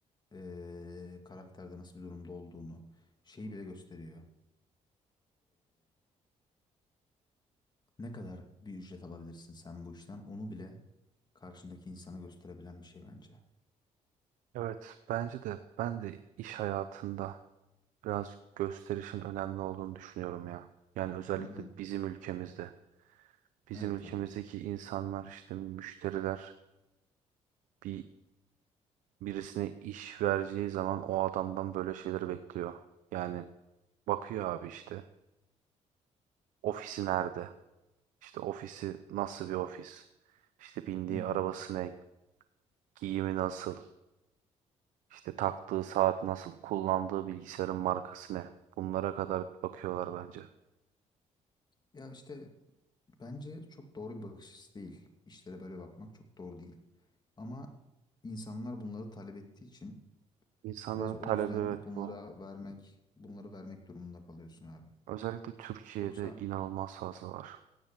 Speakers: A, on the left (about 35°); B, on the right (about 85°).
A: eee karakterde, nasıl bir durumda olduğunu şeyi bile gösteriyor. Ne kadar bir ücret alabilirsin sen bu işten onu bile karşındaki insana gösterebilen bir şey bence.
B: Evet. Bence de ben de iş hayatında biraz gösterişin önemli olduğunu düşünüyorum ya. Yani özellikle
A: Hı hı.
B: bizim ülkemizde. Bizim
A: Evet
B: ülkemizdeki
A: abi.
B: insanlar işte müşteriler bir birisine iş vereceği zaman o adamdan böyle şeyleri bekliyor. Yani bakıyor abi işte ofisi nerede? İşte ofisi nasıl bir ofis? işte bindiği
A: Hı hı.
B: arabası ne? Giyimi nasıl? işte taktığı saat nasıl? Kullandığı bilgisayarın markası ne? Bunlara kadar bakıyorlar bence.
A: Ya işte bence çok doğru bir bakış açısı değil. İşlere böyle bakmak çok doğru değil. Ama insanlar bunları talep ettiği için
B: İnsanların
A: biraz o
B: talebi
A: yüzden
B: evet
A: bunlara
B: bu.
A: vermek, bunları vermek durumunda kalıyorsun abi.
B: Özellikle Türkiye'de
A: Yoksa
B: inanılmaz fazla var.